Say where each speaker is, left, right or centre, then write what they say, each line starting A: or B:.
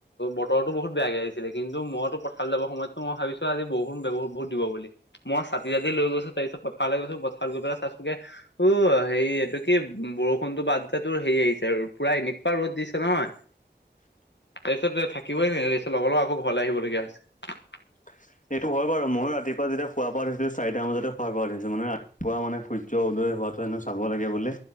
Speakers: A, on the left; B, on the left.
A: বতৰৰতো বহুত বেয়াকে আহিছিলে কি কিন্তু মইতো পঠাললৈ যাব সময়তো মই ভাবিছিলো আজি বৰু বহ বহু দিব বুলি মই চাতি জাতি লৈ গৈছো তাৰিছত পথাৰ লাগে পথাৰ গৈ প চ ে উ হেৰি এইটো কি বৰষুণতো বাদাতো হেৰি আহিছে আৰু পুৰা এনেকুৱা ৰ'দ দিছে নহয়
B: হয়
A: তাৰপিছত থাকিবই নোৱাৰি তাৰপিছত লগৰ লগত আকৌ ঘৰলৈ আহিবলগীয়া হৈছে
B: হয় এইটো হয় বাৰু ময় ৰাতিপুৱা যেতিয়া খুৱোৱা পা উঠছিলো চাৰিটা বজাতে খোৱা পোৱা উঠিছো মানে ৰাপুৱা মানে সূৰ্য উ লৈ োৱাো হেনো চাব লাগে বোলে